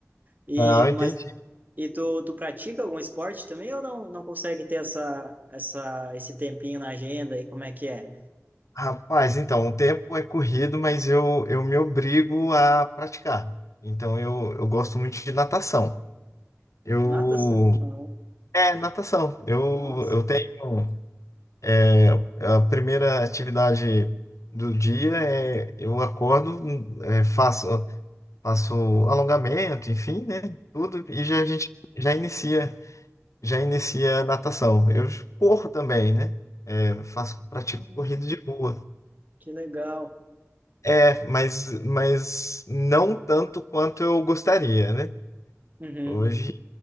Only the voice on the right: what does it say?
E,
mas, e tu, tu pratica algum esporte também ou não, não consegue ter essa, essa, esse tempinho na agenda e como é que é?
Natação, não,
mas...
Uhum.
Que legal.
Uhum.